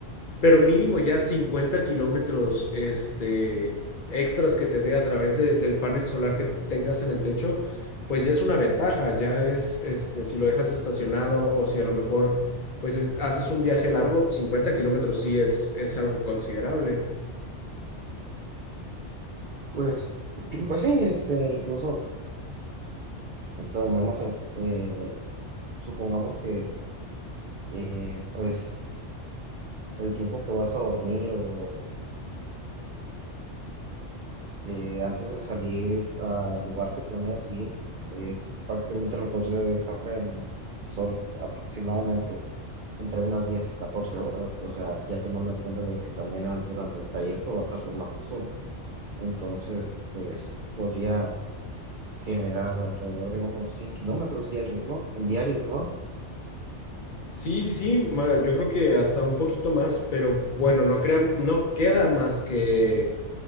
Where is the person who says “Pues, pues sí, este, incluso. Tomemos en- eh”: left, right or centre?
Right